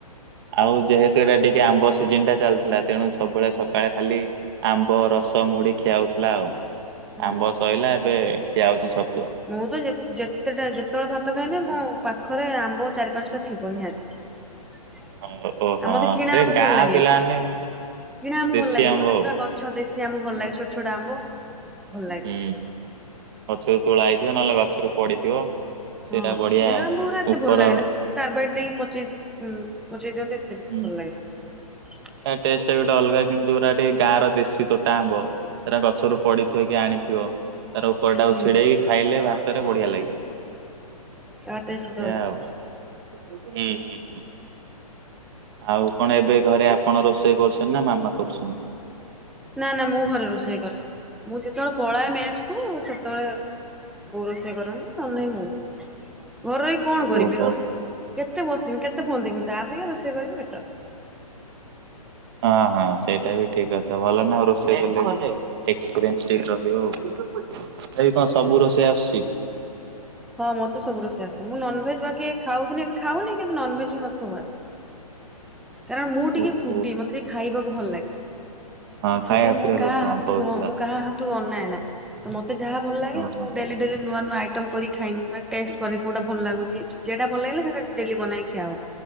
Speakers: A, on the right (about 40°); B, in the centre.
A: ଆଉ ଯେହେତୁ ଏଇଟା ଟିକେ ଆମ୍ବ ସିଜିିନ ଟା ଚାଲିଥିଲା ତେଣୁ ସବୁବେଳେ ସକାଳେ ଖାଲି ଆମ୍ବ ରସ ମୁଢି ଖିଆ ହଉଥିଲା ଆଉ।
B: ହୁଁ
A: ଆମ୍ବ ସୋଇଲା ଏବେ ଖିଆ ହଉଚଛି ଛତ
B: ମୁଁ ତ ଯେତେଟା ଯେତେବେଳେ ଭାତ ଖାଇବି ମୁଁ ପାଖରେ ଆମ୍ବ ଚାରି ପାଞ୍ଚଟା ଥିବ ନିହାତି।
A: ହଉ ଓ
B: ଆଉ
A: ହଁ
B: ମତେ କିଣା
A: ସେ
B: ଆମ
A: ଗାଁ
B: ଭଲ ଲାଗେନି
A: ପିଲାମାନେ
B: କିଣା ଆମ
A: ଦେଶୀ
B: ଭଲ ଲାଗେନି
A: ଆମ୍ବ
B: ମାନେ
A: ଆଉ
B: ପୁରା ଗଛ ଦେଶି ସେ ଆମ୍ବ ଭଲ ଲାଗେ ଛୋଟ ଛୋଟ ଆମ୍ବ ଭଲ ଲାଗେ।
A: ହୁଁ। ଗଛରୁ ତୋଳା ହେଇଥିବ ନହେଲେ ଗଛରୁ ପଡିଥିବ ସେଇଟା
B: ହଁ
A: ବଢିଆ
B: କିଣା ଆମ୍ବ ଗୋରା ଏତେ
A: ଉପର
B: ଭଲ ଲାଗେନା ସେ କାରବାଇଟ ଦେଇ ପଚେଇ ପଚେଇ ଦିଅନ୍ତ ଏତେ
A: ହୁଁ
B: ଭଲ ଲାଗେନା
A: ତା ଟେଷ୍ଟ ଗୋଟେ ଟା ଅଲଗା କିନ୍ତୁ ଯୋଉଗୁରା ଟିକେ ଗାଁର ଦେଶୀ ତୋଟା ଆମ୍ବ, ସେଟା ଗଛରୁ ପଡିଥିବ କି ଆଣିଥିବ ତ ତାର ଉପରଟାକୁ
B: ହୁଁ
A: ଛିଡେଇକି ଖାଇଲେ ଭାତରେ ବଢିଆ ଲାଗିବ।
B: ତାଟେ ସୁଧରଗା।
A: ଏଇଆ ଆଉ। ହୁଁ ହୁଁ ହୁଁ। ଆଉ କଣ ଏବେ ଘରେ ଆପଣ ରୋଷେଇ କରୁଛନ୍ତି ନା ମାମା କରୁଛନ୍ତି?
B: ନା ନା ମୁଁ ଘରେ ରୋଷେଇ କରେ ମୁଁ ଯେତେବେଳେ ପଳାଏ ମେସ୍ କୁ ସେତେବେଳେ ବୋଉ ରୋଷେଇ କରନ୍ତି ନ ହେଲେ ନାଇଁ ମୁଁ। ଘରରେ ରହି କଣ କରମି
A: ଓହୋ।
B: ରୋସ, କେତେ ବସିବି କେତେ ଫୋନ ଦେଖୀମି ତା ଅପେକ୍ଷା ରୋଷେଇ କରିବି ବେଟର।
A: ହଁ ହଁ ସେଇଟା ବି ଠିକ ଅଛି। ଭଲ ନା ଆଉ ରୋଷେଇ କଲେ ଏକ୍ସପିରିିଏନ୍ସ ଟିକେ ରହିବ ଆଉ, ତଥାପି କଣ ସବୁ ରୋଷେଇ ଆସୁଚି?
B: ହଁ ମତେ ସବୁ ରୋଷେଇ ଆସେ, ମୁଁ ନନ୍ ଭେଜ ବାକି ଖାଉଥିଲି ଏବେ ଖାଉନି କିନ୍ତୁ ନନଭେଜ ବି ମତେ ସବୁ ଆସେ। କାରଣ ମୁଁ ଟିକେ
A: ଓହୋ
B: ଫୁଡି, ମତେ ଟିକେ ଖାଇବାକୁ ଭଲ ଲାଗେ।
A: ହଁ ଖାଇବା
B: ସେଥିପାଇଁ
A: ପିଇବା
B: ମୁଁ କାହା
A: ଲୋକ
B: ହାତରୁ
A: କହୁଥିଲା
B: ହଁ ମୁଁ କାହା ହାତ ଅନାଏ ନା, ତ ମତେ ଯାହା ଭଲ ଲାଗେ
A: ଓହୋ
B: ମୁଁ ଡେଲି ଡେଲି ନୂଆ ନୂଆ ଆଇ କରି ଖାଇି ଟେଷ୍ଟ କରେ କଉଟା ଭଲ ଲାଗୁଛି ଯେଟା ଭଲ ଲାଗିଲା ସେଟା ଡେଲି ବନେଇକିଆବ